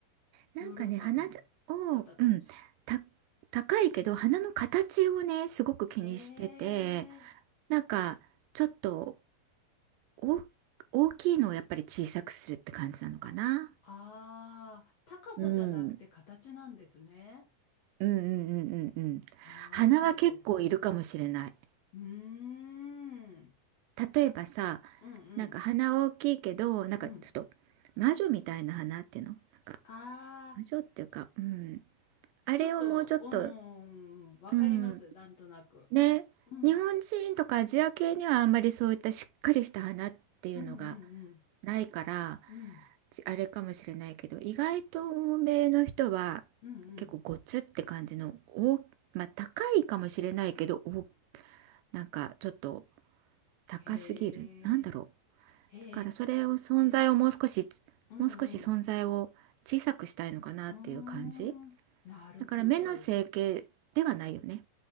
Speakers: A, on the right; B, on the left.
A: なんかね、
B: ヨーロッパの方たち。
A: 花じゃを、うん、た、高いけど、花の形をね、すごく気にしてて、
B: へえ。
A: なんか、ちょっと、お、大きいのをやっぱり小さくするって感じなのかな。
B: ああ、高さじゃなくて形なんですね。
A: うん。うんうんうんうんうん。
B: なるほど。
A: 花は結構いるかもしれない。
B: うーん。
A: 例えばさ、
B: うんうん。
A: なんか花は大きいけど、なんかちょっと魔女みたいな花っていうのなんか
B: うん。ああ。
A: 魔女っていうか、うん。あれをもうちょっと、
B: ちょっと、うんうんうん、わかります、
A: うん。
B: なんとなく。
A: ね、
B: うん、
A: 日本人とかアジア系にはあんまりそういったしっかりした花っていうのが
B: うん、うん、
A: ないから、
B: うん、うん、
A: ちあれかもしれないけど意外と欧米の人は
B: うん、
A: 結構ゴツって感じの大まあ高いかもしれないけどおなんかちょっと
B: うん。
A: 高すぎるなんだろうだからそれを存在をもう少し
B: へえ、へえ、うん、
A: もう少し存在を小さくしたいのかなっていう感じ
B: うん、うーん、なるほど。
A: だから目の整形ではないよね